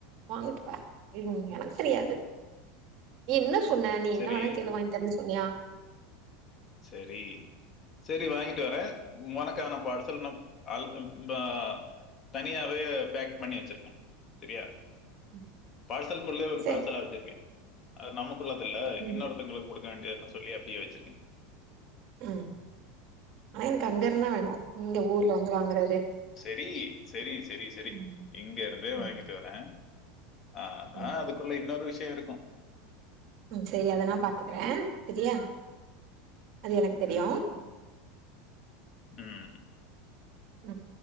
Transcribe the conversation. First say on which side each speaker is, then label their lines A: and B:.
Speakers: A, on the right; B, on the left.
A: வாங்கிட்டுவா எனக்கு தெரியாது என்ன சொன்ன நீ
B: சரி
A: என்ன வேணா கேளு வாங்கி தரன்னு சொன்னியா
B: சேரி சேரி வாங்கிட்டுவரே உனக்கான பார்சல் நா ஆல்கபா தனியாவே பேக் பண்ணி வச்சிருக்கே சரியா
A: ம்.
B: பார்சல் குள்ளயே ஒரு
A: சரி.
B: பார்சல் ஆ வைச்சிருக்கே அது நமக்குள்ளது இல்ல
A: ம்.
B: இன்னொருத்தங்களுக் குடுக்க வேண்டியன் சொல்லி அப்பிடியே வச்சிருக்கே
A: ம் ஆனா எனக்கு அங்க இருந்தா வேணு இங்க ஊர்ல வந்து வாங்கற
B: செரி செரி செரி செரி
A: ம்.
B: இங்க இருந்தே
A: ம்.
B: வாங்கிட்டு வரே ஆனா
A: ம்.
B: அதுக்குள்ள இன்னொரு விஷ் யோ இருக்கு
A: ம் சேரி அத நா பாத்துக்கறே சேரியா அது எனக்கு தெரியு
B: ம், ம்
A: ம்